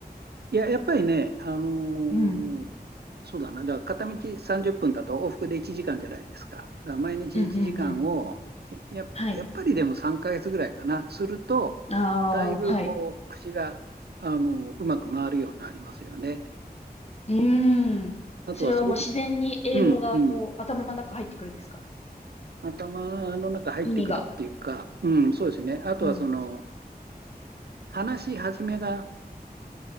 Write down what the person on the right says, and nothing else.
いや、やっぱりね、あのー
そうだな。だから片道30分だと往復で1時間じゃないですか。だから毎日1時間を、
ややっぱりでも3ヶ月ぐらいかな、
すると、
だいぶこう、
口が、あの、うまく回るようになりますよね。
あとはすごく、
うん、うん。頭の中入ってくるっていうか、
うん、そうですね。あとはその、
話し始めが